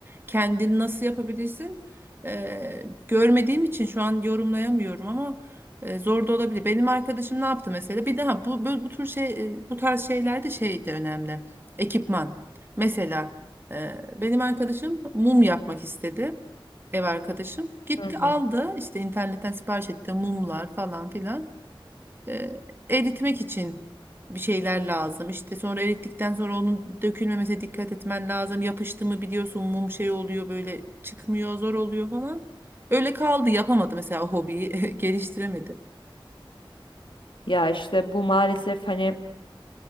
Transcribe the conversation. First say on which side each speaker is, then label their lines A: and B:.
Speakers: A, on the right; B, on the left.
A: Kendini nasıl yapabilirsin? Eee, görmediğim için şu an yorumlayamıyorum ama e, zor da olabilir. Benim arkadaşım ne yaptı mesela? Bir daha bu bu, bu tür şey e, bu tarz şeylerde şey de önemli. Ekipman. Mesela e, benim arkadaşım mum yapmak istedi. Ev arkadaşım. Gitti
B: Hı hı.
A: aldı işte internetten sipariş etti mumlar falan filan. E, eritmek için bir şeyler lazım. İşte sonra erittikten sonra onun dökülmemesine dikkat etmen lazım. Yapıştı mı biliyorsun mum şey oluyor böyle çıkmıyor zor oluyor falan. Öyle kaldı yapamadı mesela o hobiyi <laughs> geliştiremedi.
B: Ya işte bu maalesef hani